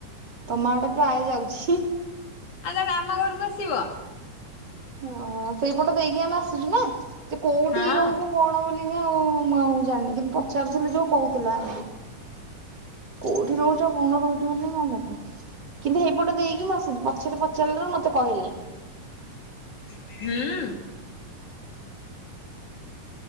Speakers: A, on the right; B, on the left.
A: ତମ ଆଡେ ପ୍ରାୟ ଯାଉଛି
B: ଆଉ ତାହେଲେ ଆମ ଘରକୁ ଆସିବ
A: ହଁ ସେଇପଟ ଦେଇକି ଆମେ ଆସୁଛୁ ନା ସେ କୋଉଠି
B: ହଁ
A: ରହୁଛ କଣ ବୋଲି ଆଉ ମୁଁ ଆଉ ଜାଣିନି କିନ୍ତୁ ପଚାରୁଥିଲି ଯୋଉ କହୁଥିଲା କୋଉଠି ରହୁଛ କଣ ରହୁଛ ବୋଲି ମୁଁ ଆଉ ଯାଣିନି କିନ୍ତୁ ହେଇପଟେ ଦେଇକି ମୁଁ ଆସୁଛି ପରେ ପଚାରିଲାରୁ ମତେ କହିଲେ।
B: <unintelligible>